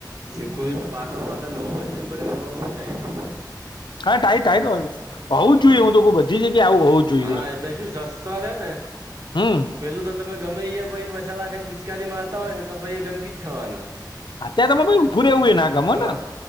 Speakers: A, on the right; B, on the left.
A: શીખ પાટણમાં નવું બસ સ્ટન્ બને એ બ થાય છે.
B: હા ટાય થાય તો હોય હોવું જ
A: હા
B: જોઈએ હું તો બધી જગ્યા આવું હોવું જોઈએ
A: હા
B: એમ
A: એટલે શું સસ્તા રે ને
B: હમ
A: પેલું તો તમે ગમે એ પછી મસાલા ખાઈને પિચકારી મારતા હોય ને એટલે પછી એ ગંદકી જ થવાની.
B: અત્યારે તરે ઉભું રહેવું હો ના ગમેો
A: હા
B: ને